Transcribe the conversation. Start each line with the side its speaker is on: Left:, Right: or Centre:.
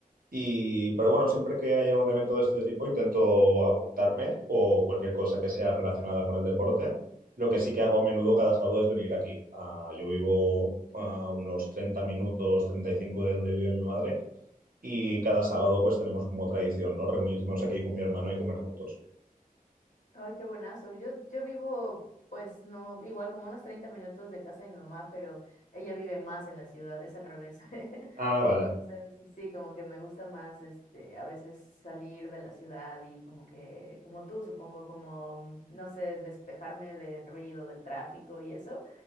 Right: Y, pero bueno, siempre que haya un evento de este tipo intento apuntarme o cualquier cosa que sea relacionada con el deporte. Lo que sí que hago a menudo cada sábado es venir aquí. Ah, yo vivo a unos 30 minutos, 35 de donde vive mi madre. Y cada sábado pues tenemos como tradición, ¿no? Reunirnos aquí con mi hermano y comer juntos.
Left: Ay, qué buenazo. Yo, yo vivo, pues, no, igual como unos 30 minutos de casa de mi mamá, pero ella vive más en la ciudad, es al revés. <laughs>
Right: Ah,
Left: Entonces,
Right: vale,
Left: sí, como que me gusta más, este, a veces salir de la ciudad y como que, como tú, supongo, como, no sé, despejarme del ruido, del tráfico y eso